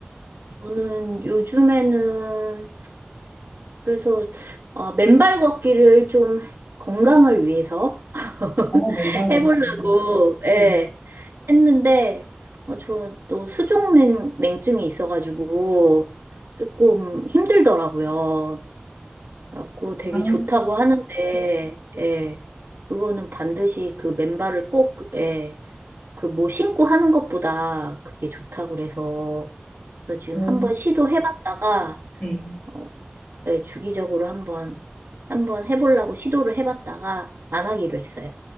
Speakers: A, on the right; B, on the left.
A: 저는 요즘에는, 그래서, 어, 맨발 걷기를 좀 건강을 위해서
B: 아,
A: <laughs>
B: 맨발
A: 해보려고,
B: 같은.
A: 예.
B: 네.
A: 했는데 어, 저또 수족냉 냉증이 있어가지고 조금 힘들더라고요. 그래갖고 되게
B: 아,
A: 좋다고 하는데 예, 그거는 반드시 그 맨발을 꼭 예, 그뭐 신고 하는 것보다 그게 좋다고 그래서 그래서 지금
B: 음.
A: 한번 시도해봤다가
B: 네.
A: 어, 예, 주기적으로 한번 한번 해보려고 시도를 해봤다가 안 하기로 했어요.